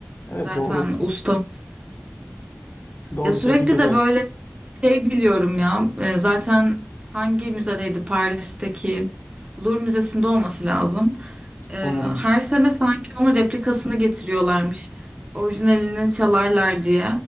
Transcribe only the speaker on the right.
Zaten
ustamız.
Ya sürekli
de böyle Şey biliyorum ya e, zaten hangi müzedeydi Paris'teki Louvre Müzesi'nde olması lazım.
E, her sene sanki onun replikasını getiriyorlarmış. Orijinalini çalarlar diye.